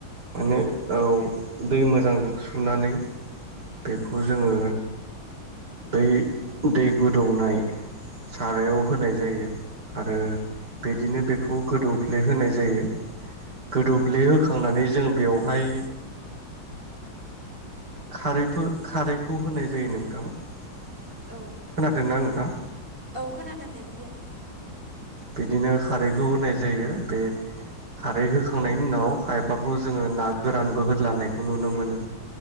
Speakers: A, on the right; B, on the right.
A: माने औ दै मोजांजों सुनानै बेखौ जोङो बै दै गोदौनाय सारायाव होनाय जायो आरो बिदिनो बेखौ गोदौफ्ले होनाय जायो गोदौ्लेहखांनानै जों बेवहाय खारैफोर खारैखौ होनाय जायो नोंथां खोनादोंना
B: औ
A: नखा
B: औ खोनादों दे बुंलाय
A: बिदिनो खारैखौ होनाय जायो बे खारै होोखांनायनि उनाव खायफाखौ जोङो ना गोरान बोहदलानायखौ नुनो मोनो